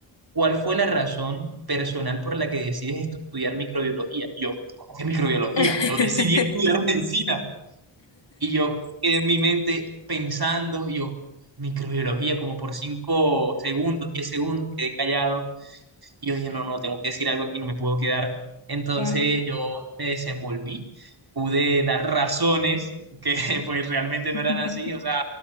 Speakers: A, on the right; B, on the left.
A: ¿cuál fue la razón personal por la que decides estudiar microbiología? Y yo, ¿cómo que microbiología?
B: <laughs>
A: Yo decidí estudiar medicina. Y yo quedé en mi mente pensando, y yo, microbiología, como por cinco segundos, 10 segundos, quedé callado. Y yo dije, no, no, tengo que decir algo aquí, no me puedo quedar. Entonces
B: claro,
A: yo me desenvolví, pude dar razones que <laughs> pues realmente no
B: <laughs>
A: eran así, o sea,